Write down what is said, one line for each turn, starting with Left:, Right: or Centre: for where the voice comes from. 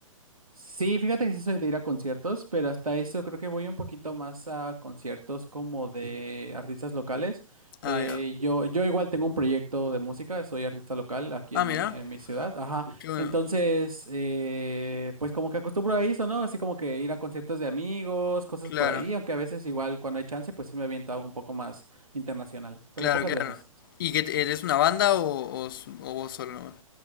Right: Sí, fíjate que sí soy de ir a conciertos, pero hasta eso creo que voy un poquito más a conciertos como de artistas locales.
Left: Ah,
Right: Eh,
Left: ahí va.
Right: yo, yo igual tengo un proyecto de música, soy artista local aquí
Left: Ah,
Right: en
Left: mira,
Right: mi, en mi ciudad. Ajá.
Left: qué bueno,
Right: Entonces, eh, pues como que acostumbro a eso, ¿no? Así como que ir a conciertos de amigos, cosas
Left: claro.
Right: por ahí, aunque a veces igual cuando hay chance, pues sí me aviento algo un poco más internacional, pero
Left: Claro,
Right: pocas
Left: claro.
Right: veces.
Left: ¿Y
Right: Ujú.
Left: que te- eres una banda o, o s- o vos solo nomás?